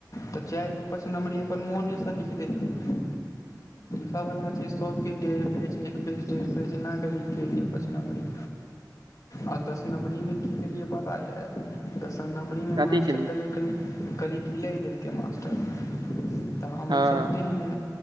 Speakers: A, on the left; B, on the right.
A: तऽ चारि गो पाच नंबरी अपन मोनेसा लिख देलिए सभ छै सबके डेढ़ पेज एक पेज डेढ़ पेज एना क लिख कियै पच नम्बरी आ दस नम्बरीमे की के लिए पता यै दसर नमबरीमे
B: कथी
A: मास्टर
B: केली
A: देलियै कनि कनि ढिलइ देलकै मास्टर तऽ हमहूँसभ
B: हँ
A: तेहमे